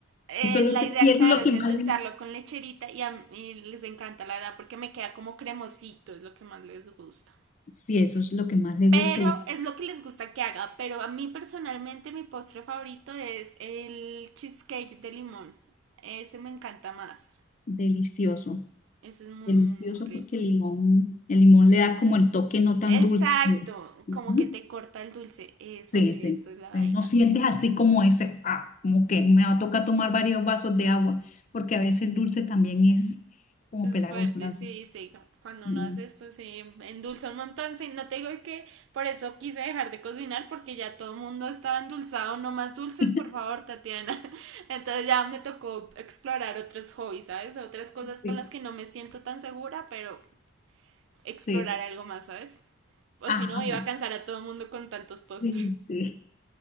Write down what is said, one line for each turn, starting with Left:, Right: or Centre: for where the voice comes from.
Right: Eh,
Left: Eso es lo
Right: la
Left: que,
Right: idea,
Left: y eso
Right: claro,
Left: es lo
Right: es
Left: que
Right: endulzarlo
Left: más le,
Right: con lecherita y a mí les encanta, la verdad, porque me queda como cremosito, es lo que más les gusta.
Left: sí, eso es lo que más le
Right: Pero
Left: gusta y es
Right: es lo que les gusta que haga. Pero a mí personalmente mi postre favorito es el cheesecake de limón. Ese me encanta más.
Left: delicioso.
Right: Ese es muy,
Left: Delicioso
Right: muy, muy rico.
Left: porque el limón, el limón le da como el toque no tan
Right: Exacto,
Left: dulce. Ujú.
Right: como que te corta el dulce. Eso,
Left: Sí,
Right: eso
Left: sí.
Right: es la vaina.
Left: Pero No sientes así como ese, ah, como que me va a tocar tomar varios vasos de agua, porque a veces el dulce también es como
Right: Es
Left: pelagoso,
Right: fuerte,
Left: la verdad.
Right: sí, sí. Cuando
Left: Mm.
Right: uno hace esto se endulza un montón. Sí, no te digo que por eso quise dejar de cocinar porque ya todo el mundo estaba endulzado. No más dulces,
Left: <laughs>
Right: por favor, Tatiana. <laughs> Entonces ya me tocó explorar otros hobbies, ¿sabes? Otras cosas
Left: Sí,
Right: con las que no me siento tan segura, pero explorar
Left: sí.
Right: algo más, ¿sabes? O
Left: Ah,
Right: si no, iba
Left: bueno.
Right: a cansar a todo el mundo con tantos postres.
Left: Sí, sí.